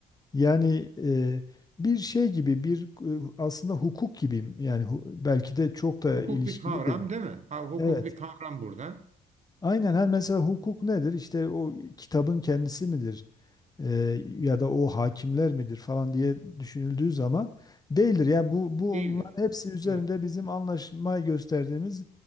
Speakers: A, on the left; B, on the right.
A: Yani e, bir şey gibi bir e, aslında hukuk gibi yani hu- belki de çok da
B: Hukuk
A: ilişkilidir.
B: bir kavram değil mi? Ha, hukuk
A: Evet.
B: bir kavram burada.
A: Aynen her mesela hukuk nedir? İşte o kitabın kendisi midir? E, ya da o hakimler midir falan diye düşünüldüğü zaman değildir. Ya bu bu
B: Değildir.
A: onların hepsi üzerinde
B: Doğru.
A: bizim anlaşmayı gösterdiğimiz